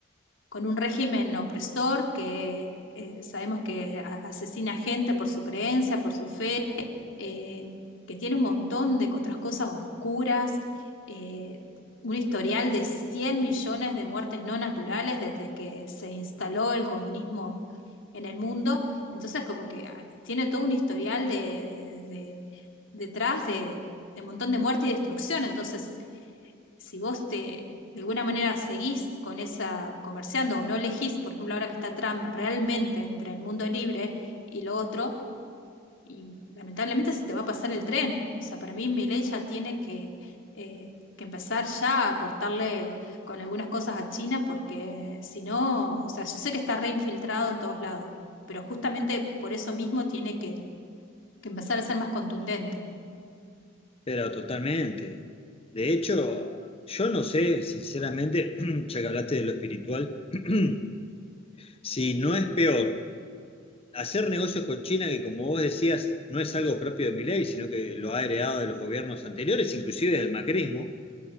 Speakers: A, on the left (about 70°); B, on the left (about 30°).
A: con un régimen opresor que eh, sabemos que a- asesina gente por su creencia, por su fe, eh, que tiene un montón de co- otras cosas oscuras, eh, un historial de 100 millones de muertes no naturales desde que se instaló el comunismo en el mundo. Entonces, como que ah, tiene todo un historial de, de- de- detrás de, de un montón de muerte y destrucción. Entonces, si vos te, de alguna manera seguís con esa comerciando o no elegís, por ejemplo, ahora que está Trump realmente entre el mundo libre y lo otro, y lamentablemente se te va a pasar el tren. O sea, para mí Milei ya tiene que, eh, que empezar ya a cortarle con algunas cosas a China, porque si no, o sea, yo sé que está reinfiltrado en todos lados, pero justamente por eso mismo tiene que, que empezar a ser más contundente.
B: Pero totalmente. De hecho, yo no sé, sinceramente, <clears throat> ya que hablaste de lo espiritual, <clears throat> si no es peor. Hacer negocios con China, que como vos decías, no es algo propio de Milei, sino que lo ha heredado de los gobiernos anteriores, inclusive del macrismo,